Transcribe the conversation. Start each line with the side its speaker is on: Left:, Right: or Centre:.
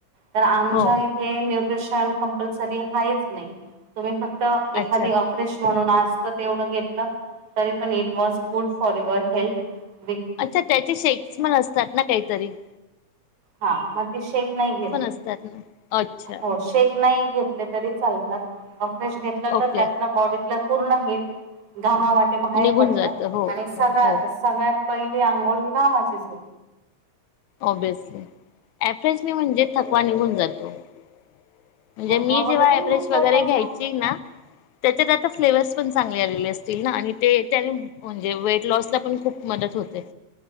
Right: तर आमच्या
Left: हो
Right: इथे प्रशान कंपल्सरी हायच नाही. तुमी पण - त एखादी
Left: अच्छा
Right: अफ्रेश म्हणून आसतं तेवढं घेतलं. तरी पण it was - for your help -
Left: अच्छा त्याचे शेक्स पण असतात ना काईतरी -
Right: हा मद - शेक नाही घेत
Left: असतात ना अच्छा
Right: हो शेक नाई - घेतले तरी चालतात. <unintelligible> फ्रेश घेतलं
Left: ओके
Right: तर त्यातनं बॉडीतलं पूर्ण हिट घामावाटे भाएर
Left: निघून
Right: पडतं.
Left: जातं हो
Right: आणि
Left: हो
Right: सगळं
Left: हो
Right: सगळ्यात - पहिले अंघोळ कामाचेच होत.
Left: ओबेस - आफेसने म्हणजे थकवा निघून जातो. ओ - म्हणजे
Right: थकवा
Left: मी
Right: वगैरेही
Left: जेव्हा एव्हरेज
Right: निघतो
Left: वगरे
Right: त्याच्या
Left: घ्यायची ना, त्याच्यात आता फ्लेवर्स पण चांगले आलेली असत. दिल ना आणि ते त्यानी म्हणजे वेट लॉस ला पण खूप मदत होते